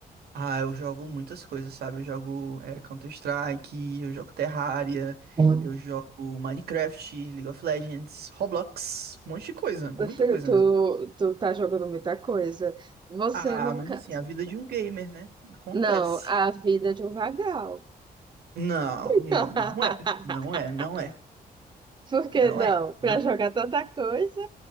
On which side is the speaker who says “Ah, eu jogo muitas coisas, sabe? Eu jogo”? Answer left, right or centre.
Right